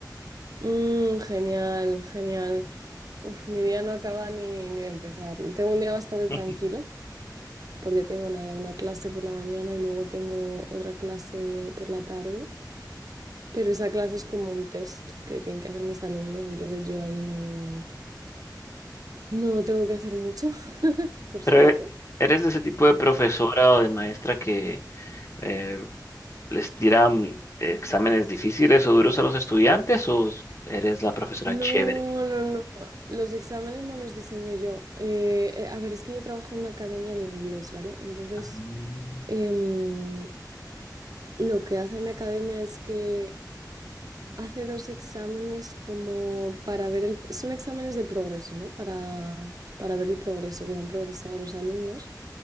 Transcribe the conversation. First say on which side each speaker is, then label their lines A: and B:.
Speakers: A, on the right; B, on the left.
A: Mm, genial, genial. Uf, mi día no acaba ni, ni de empezar. Tengo un día bastante
B: <laughs>
A: tranquilo porque tengo nada, una clase por la mañana y luego tengo otra clase por la tarde. Pero esa clase es como un test que tienen que hacer mis alumnos, entonces yo ahí no, no tengo que hacer mucho, <laughs> por
B: Pero
A: suerte.
B: eh, ¿eres de ese tipo de profesora o de maestra que eh, les tira mm, exámenes difíciles o duros a los estudiantes o eres la profesora
A: No,
B: chévere?
A: no, no. Los exámenes no los diseño yo. Eh, eh, a ver, es que yo trabajo en una academia de inglés, ¿vale? Entonces,
B: Ah,
A: em, lo que hace mi academia es que hace dos exámenes como para ver el... Son exámenes de progreso, ¿no? Para, para ver el progreso, cómo han progresado los alumnos.